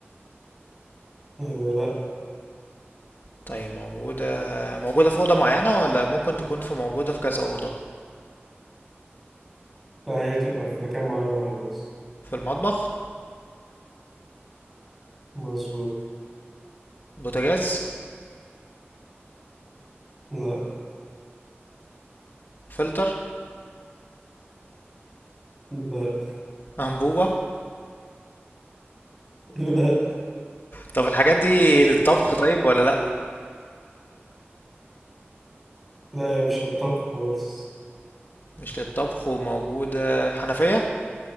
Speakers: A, in the centre; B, on the left (about 50°).
A: آه، لا
B: طيب موجودة موجودة في أوضة معينة ولا ممكن تكون في موجودة في كذا أوضة
A: لا هي تبقى في مكان معين واحد بس
B: في المطبخ
A: مظبوط
B: بوتاجاز
A: لا
B: فلتر
A: لا
B: أنبوبة
A: <laughs> لا
B: طب الحاجات دي للطبخ طيب ولا لأ
A: لا هي مش للطبخ خالص
B: مش للطبخ وموجودة حنفية